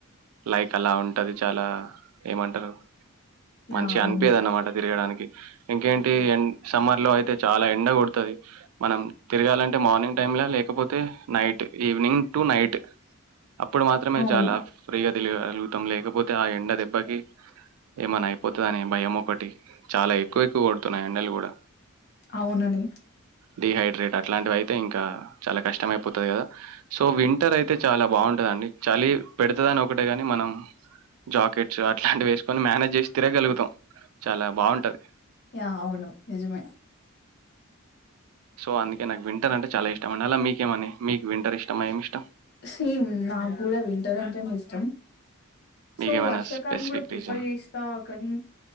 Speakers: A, on the right (about 75°); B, on the left (about 50°).
A: లైక్ అలా ఉంటది చాలా ఏమంటారు మంచి
B: యా అవును
A: అన్పీయదు అన్నమాట తిరగడానికి ఇంకేంటి ఎన్ సమ్మర్ లో అయితే అంటే చాల ఎండ కొడుతుంది మనం తిరగాలంటే మార్నింగ్ టైమ్లా లేకపోతే నైట్ ఈవినింగ్ టు నైట్ అప్పుడు మాత్రమే
B: అవును
A: చాలా ఫ్రీగా వెలుగ అలుగుతం లేకపోతే ఆ ఎండ దెబ్బకి ఏమన్నా అయిపోతదని భయం ఒకటి చాలా ఎక్కువ ఎక్కువ కొడుతున్నాయి ఎండలు కూడా
B: ఔనని
A: డిహైడ్రేట్ అట్లాంటివి అయితే ఇంకా చాలా కష్టమయిపోతది కదా సో వింటర్ అయితే చాలా బావుంటదండి చలి పెడతుదని ఒకటే గాని మనం జాకెట్స్ అట్లాంటివి వేసుకొని మేనేజ్ చేసి తిరగగలుగుతాం చాలా బావుంటది
B: యా అవును నిజమే
A: సో అందుకే నాకు వింటర్ అంటే చాలా ఇష్టం అండి అలా మీకేమని మీకు వింటర్ ఇష్టమా ఏమి ఇష్టం
B: సేమ్ నాకు కూడా వింటర్ అంటేనే ఇష్టం
A: మీకేమైనా
B: సో వర్షాకాలం
A: స్పెసిఫిక్
B: కూడా ప్రిఫర్
A: రీజన్
B: చేస్తా కానీ